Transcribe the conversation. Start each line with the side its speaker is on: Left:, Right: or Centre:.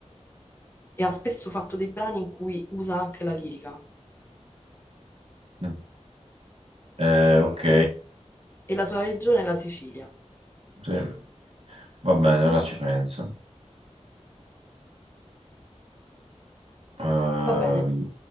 Left: e ha spesso fatto dei brani in cui usa anche la lirica
Right: mm. Eh, ok,
Left: e la sua regione è la Sicilia.
Right: sì. Va bene, ora ci penso. Ehm,
Left: Va bene.